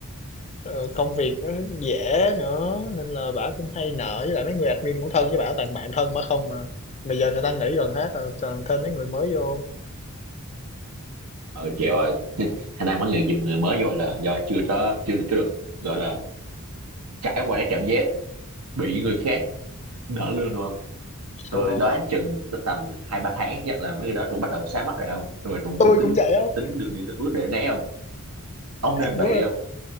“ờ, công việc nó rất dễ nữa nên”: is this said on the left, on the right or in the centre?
Left